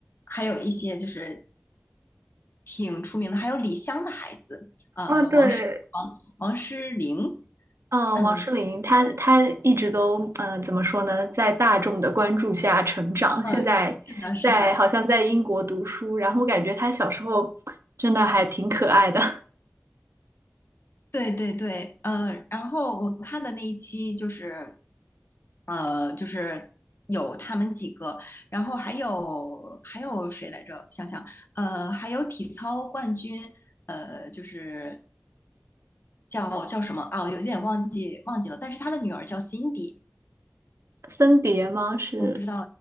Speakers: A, on the left; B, on the right.
A: 还有一些就是挺出名的，还有李湘的孩子，呃，
B: 啊，对，
A: 王王诗龄，
B: 嗯，
A: 嗯
B: 王诗龄，她她一直都，嗯，怎么说呢，在大众的关注下成长。
A: 嗯，
B: 现在在好像在英国读书，
A: 是的，是的，
B: 然后感觉她小时候真的还挺可爱的。
A: 对对对，嗯，然后我看的那一期就是，呃，就是有他们几个，然后还有还有谁来着？想想，呃，还有体操冠军，呃，就是叫叫什么啊？我有点忘记忘记了，但是他的女儿叫 Cindy，
B: <laughs> 森碟吗？是，
A: 我不知道，